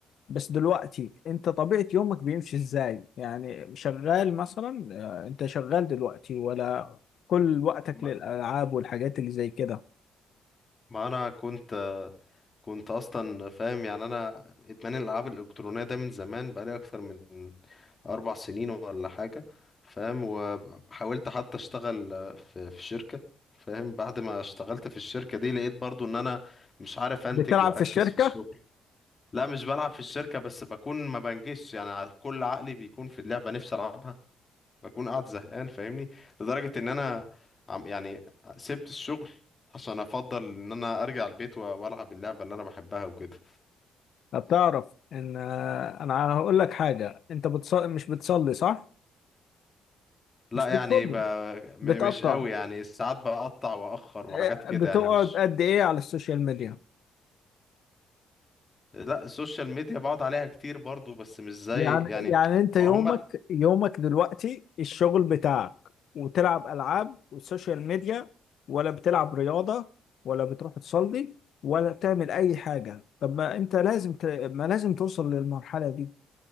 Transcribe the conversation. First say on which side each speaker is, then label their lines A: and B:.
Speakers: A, on the left; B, on the left.
A: بس دلوقتي انت طبيعة يومك بيمشي ازاي يعني شغال مثلا آه، انت شغال دلوقتي ولا كل وقتك
B: ما
A: للألعاب والحاجات اللي زي كده
B: ما انا كنت آه، كنت اصلا فاهم يعني انا ادمان الالعاب الالكترونيه ده من زمان بقالي اكتر من أربع سنين ولا حاجة فاهم وحاولت حتى أشتغل آه، في في شركة فاهم بعد ما اشتغلت في الشركة دي لقيت برضو إن أنا مش عارف أنتج
A: بتلعب
B: وأركز
A: في الشركة
B: في الشغل لا مش بلعب في الشركة بس بكون ما بنجزش يعني ع- كل عقلي بيكون في اللعبة نفسي ألعبها بكون قاعد زهقان فاهمني لدرجة إن أنا عم يعني سبت الشغل عشان أفضل إن أنا أرجع البيت و- وألعب اللعبة اللي أنا بحبها وكده
A: بتعرف ان آه، انا هقول لك حاجة انت بتص... مش بتصلي صح
B: لا
A: مش
B: يعني
A: بتصلي
B: ب... م-
A: بتقطع
B: مش قوي يعني ساعات بقطع واخر
A: آه،
B: وحاجات كده
A: بتقعد
B: يعني مش
A: قد ايه على السوشيال ميديا
B: لا السوشيال ميديا بقعد عليها كتير برضو بس مش زي
A: يعني
B: يعني
A: يعني انت
B: ما
A: يومك
B: هم
A: يومك دلوقتي الشغل بتاعك وتلعب العاب والسوشيال ميديا ولا بتلعب رياضة ولا بتروح تصلي ولا تعمل اي حاجة طب ما انت لازم ت... ما لازم توصل للمرحلة دي